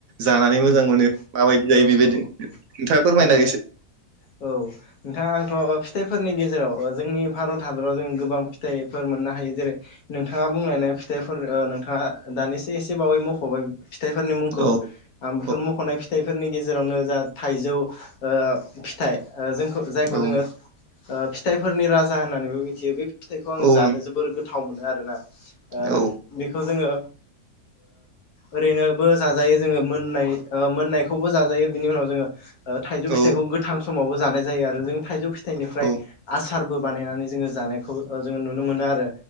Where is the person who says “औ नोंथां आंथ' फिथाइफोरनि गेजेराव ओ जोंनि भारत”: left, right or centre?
Left